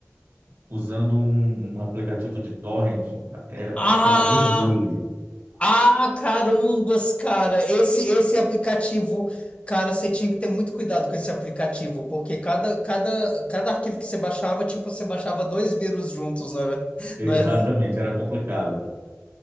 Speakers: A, on the right (about 60°); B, on the left (about 25°).
A: usando um, um aplicativo de torrent é,
B: Ah,
A: chamado Emule.
B: ah, carambas, cara. Esse esse aplicativo, cara, você tinha que ter muito cuidado com esse aplicativo, porque cada cada cada arquivo que você baixava, tipo, você baixava dois vírus juntos, não era?
A: Exatamente,
B: Não era?
A: era complicado.